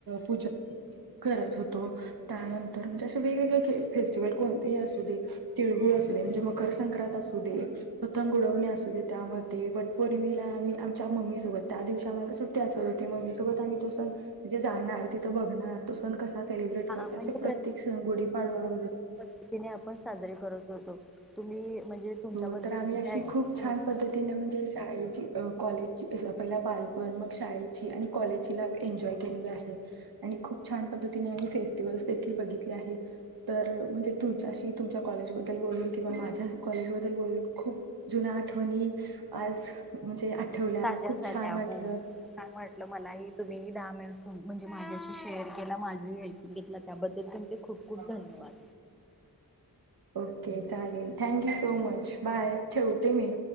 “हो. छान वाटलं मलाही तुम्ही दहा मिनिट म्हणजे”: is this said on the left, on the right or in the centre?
Centre